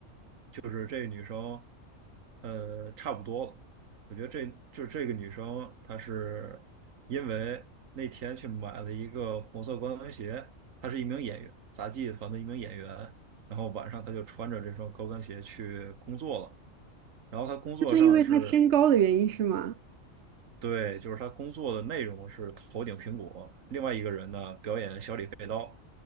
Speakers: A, on the right; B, on the right.
A: 就是这个女生，呃，差不多了。我觉得这就是这个女生，她是因为那天去买了一个红色高跟鞋，她是一名演员，杂技团的一名演员。然后晚上她就穿着这双高跟鞋去工作了。然后她工作上是，
B: 就是因为他身高的原因是吗？
A: 对，就是她工作的内容是头顶苹果，另外一个人呢表演小李飞刀，